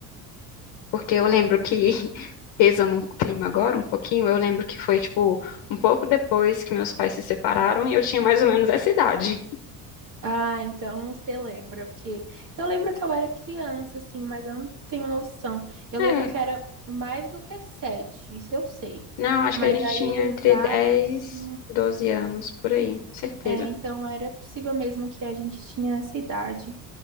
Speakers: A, on the left; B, on the right.
A: Porque eu lembro
B: É, de-
A: que, <laughs> pesando um clima agora, um pouquinho, eu lembro que foi, tipo, um pouco depois que meus pais se separaram e eu tinha mais ou menos essa idade.
B: ah, então você lembra, porque eu lembro que eu era criança, assim, mas eu não tenho noção. Eu
A: É,
B: lembro que era mais do que sete, isso eu sei.
A: não, acho
B: Mas
A: que a gente
B: aí
A: tinha
B: é
A: entre
B: exato,
A: 10
B: assim.
A: 12 anos, por aí, certeza.
B: É, então era possível mesmo que a gente tinha essa idade.